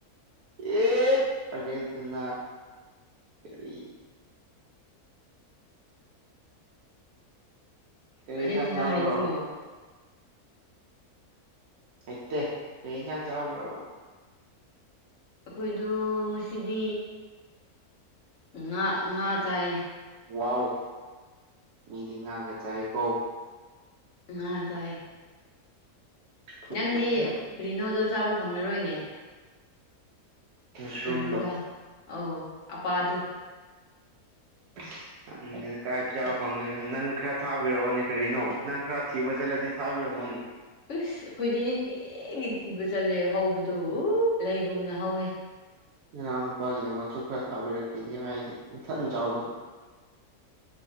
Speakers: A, on the right (about 80°); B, on the left (about 55°).
A: ꯑꯦ ꯑꯔꯖꯦꯟꯇꯤꯅꯥ ꯀꯔꯤ ꯀꯔꯤ
B: ꯑꯥꯔꯖꯦꯟꯇꯤꯅꯥ
A: ꯌꯦꯟꯁꯥꯡ ꯆꯥꯕ꯭ꯔꯣ?
B: ꯍꯩꯇ꯭ꯔꯣ
A: ꯍꯩꯇꯦ ꯀꯔꯤ ꯌꯦꯟꯁꯥꯡ ꯆꯥꯔꯕ꯭ꯔꯕ?
B: ꯑꯩꯈꯣꯏꯗꯣ ꯉꯁꯤꯗꯤ ꯉꯥ ꯉꯥ ꯆꯥꯏꯌꯦ꯫
A: ꯋꯥꯎ! ꯃꯤꯗꯤ ꯉꯥꯒ ꯆꯥꯏ ꯀꯣ꯫
B: ꯉꯥ ꯆꯥꯏ꯫
A: ꯑꯩꯈꯣꯏꯗꯤ
B: ꯅꯪꯗꯤ
A: ꯉꯥ
B: ꯀꯔꯤꯅꯣꯗꯣ ꯆꯥꯕ ꯐꯪꯂꯔꯣꯏꯅꯦ꯫
A: ꯃꯨꯁꯔꯨꯝꯗꯣ
B: ꯀꯔꯤꯔ ꯑꯧ ꯑꯄꯥꯗꯨ
A: <unintelligible> ꯀꯥꯏ ꯆꯥꯕ ꯐꯪꯗꯣꯏꯅꯣ ꯅꯪ ꯈꯔ ꯊꯥꯕꯤꯔꯛꯑꯣꯅꯦ ꯀꯔꯤꯅꯣ ꯅꯪ ꯈꯔ ꯊꯤꯕ ꯆꯠꯂꯗꯤ ꯊꯥꯕꯤꯔꯛꯑꯣꯅꯦ꯫
B: ꯑꯁ ꯑꯩꯈꯣꯏꯗꯤ ꯅꯨꯡꯇꯤꯒꯤ ꯊꯤꯕ ꯆꯠꯂꯦ ꯍꯧꯕꯗꯨ
A: ꯎꯝ
B: ꯂꯩꯒꯨꯝꯅ ꯍꯧꯋꯦ꯫
A: ꯏꯅꯥꯎ ꯅꯨꯄꯥꯒꯤꯗꯃꯛꯁꯨ ꯈꯔ ꯊꯥꯕꯤꯔꯛꯀꯦꯗꯤ ꯍꯥꯏꯗꯦ ꯏꯊꯟ ꯆꯥꯎ ꯑꯗꯨꯝ